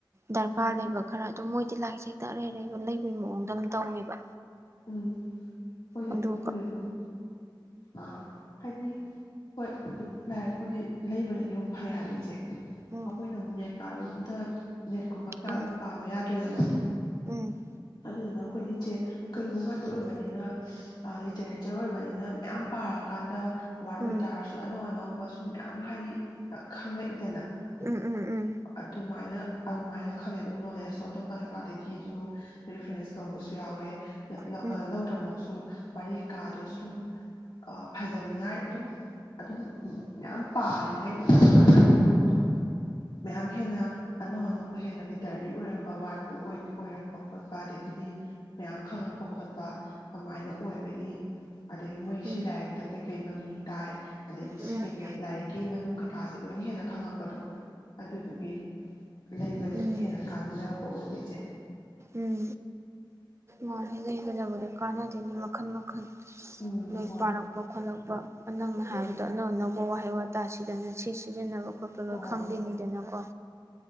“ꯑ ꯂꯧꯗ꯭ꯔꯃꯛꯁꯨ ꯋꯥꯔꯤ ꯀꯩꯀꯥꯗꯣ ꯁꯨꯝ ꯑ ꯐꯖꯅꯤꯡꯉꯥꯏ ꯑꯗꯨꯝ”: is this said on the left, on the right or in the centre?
Left